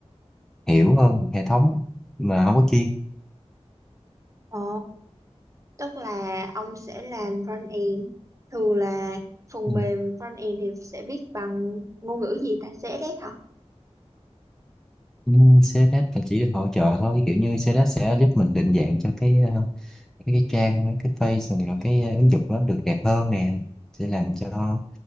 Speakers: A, in the centre; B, on the right.
A: hiểu hơn về hệ thống mà không có chuyên
B: Ồ, tức là ông sẽ làm front end. Thường là phần
A: ừ.
B: mềm front end thì sẽ viết bằng ngôn ngữ gì ta? CSS hả?
A: Ừ, CSS là chỉ được hỗ trợ thôi kiểu như CSS sẽ giúp mình định dạng cho cái ờ, cái, cái trang cái page rồi, rồi cái ờ, ứng dụng nó được đẹp hơn nè sẽ làm cho